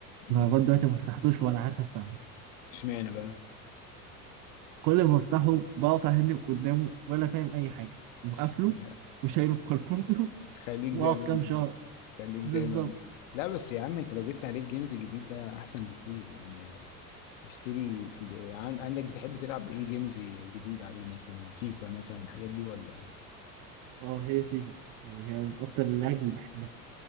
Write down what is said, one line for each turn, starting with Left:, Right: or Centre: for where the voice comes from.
Left: مم.
Right: انا لغاية دلوقتي ما فتحتوش ولا عارف استعمله
Left: اشمعنى بقى
Right: كل ما افتحه بقف اهنك قدامه ولا فاهم اي حاجة مقفله
Left: <laughs>
Right: وشايله في كرتونته <laughs>
Left: خليك
Right: واقعد
Left: زي ما
Right: كام
Left: انت
Right: شهر
Left: كده خليك
Right: بالظبط
Left: زي ما انت لا بس يا عم انت لو جبت عليك جيمز جديدة احسن بكتير يعني اشتري سي دي عن- عندك بتحب تلعب ايه جيمز جديد عليه مثلا فيفا مثلا الحاجات دي ولا
Right: اه هي فيفا يعني هي من أكتر اللعب اللي بحبها